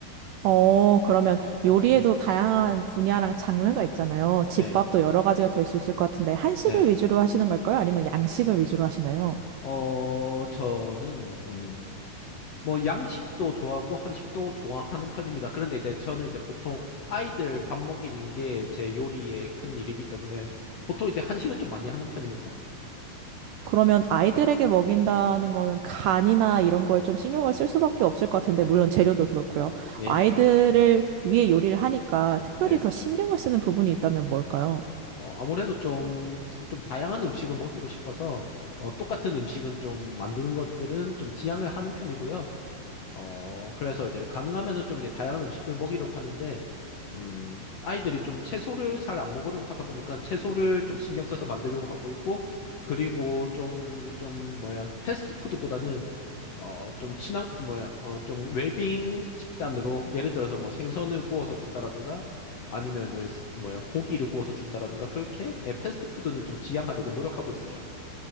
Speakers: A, on the right; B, on the left.
A: 어, 그러면 요리에도
B: 네,
A: 다양한 분야랑 장르가 있잖아요. 집밥도
B: 네.
A: 여러 가지가 될 수 있을 것 같은데 한식을
B: 네.
A: 위주로 하시는 걸까요? 아니면 양식을 위주로 하시나요?
B: 어, 저는, 음, 뭐 양식도 좋아하고 한식도 좋아하는 편입니다. 그런데 이제 저는 이제 보통 아이들 밥 먹이는 게 제 요리의 큰 일이기 때문에 보통 이제 한식을 좀 많이 하는 편입니다.
A: 그러면 아이들에게 먹인다는 거는 간이나 이런 거에 좀 신경을 쓸 수밖에 없을 것 같은데, 물론 재료도 그렇고요.
B: 예.
A: 아이들을 위해 요리를 하니까 특별히
B: 네.
A: 더 신경을 쓰는 부분이 있다면 뭘까요?
B: 어, 아무래도 좀, 좀 다양한 음식을 먹이고 싶어서 어, 똑같은 음식은 좀 만드는 것들은 좀 지양을 하는 편이고요. 어, 그래서 이제 가능하면은 좀 이제 다양한 음식들 먹이려고 하는데, 음, 아이들이 좀 채소를 잘 안 먹으려고 하다 보니까 채소를 좀 신경 써서 만들려고 하고 있고, 그리고 좀, 좀, 뭐야, 패스트푸드보다는, 어, 좀 친한, 그 뭐야, 어, 좀 웰빙 식단으로, 예를 들어서 뭐 생선을 구워서 준다라든가, 아니면 뭐, 스- 그 뭐야, 고기를 구워서 준다라든가, 그렇게, 예, 패스트푸드는 좀 지양하려고 노력하고 있어요.